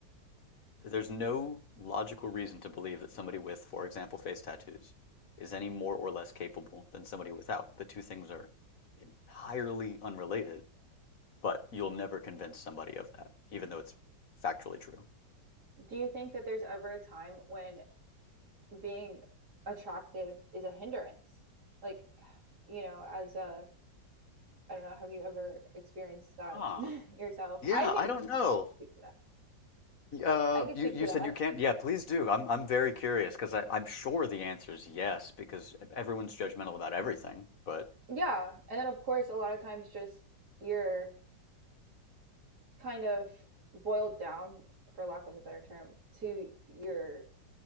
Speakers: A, on the left; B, on the right.
A: there's no logical reason to believe that somebody with, for example, face tattoos is any more or less capable than somebody without. The two things are entirely unrelated, but you'll never convince somebody of that, even though it's factually true.
B: Do you think that there's ever a time when being attractive is a hindrance? Like, <sighs> you know, as a I don't know. Have you ever experienced that
A: Huh.
B: <laughs> yourself?
A: Yeah,
B: I can
A: I don't know.
B: speak to that.
A: Y- Uh,
B: I can
A: you
B: speak
A: you
B: to
A: said
B: that.
A: you can't. Yeah, please do. I'm I'm very curious because I I'm sure the answer is yes because e- everyone's judgmental about everything. But
B: Yeah. And then, of course, a lot of times just you're kind of boiled down, for lack of a better term, to your,